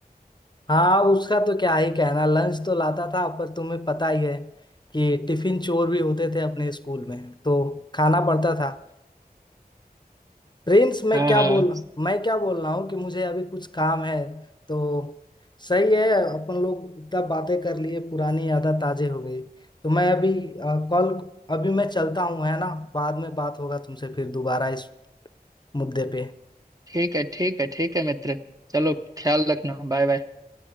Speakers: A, on the left; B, on the right.
A: हाँ उसका तो क्या ही कहना लंच तो लाता था पर तुम्हें पता ही है कि टिफिन चोर भी होते थे अपने स्कूल में तो खाना पड़ता था प्रिंस मैं
B: हाँ
A: क्या
B: हाँ
A: बोल मैं क्या बोल रहा हूँ कि मुझे अभी कुछ काम है तो सही है अपन लोग इतना बातें कर लिए पुरानी यादें ताजे हो गई तो मैं अभी अ, कॉल अभी मैं चलता हूँ है ना बाद में बात होगा तुमसे फिर दोबारा इस मुद्दे पे
B: ठीक है ठीक है ठीक है मित्र चलो ख्याल रखना बाय बाय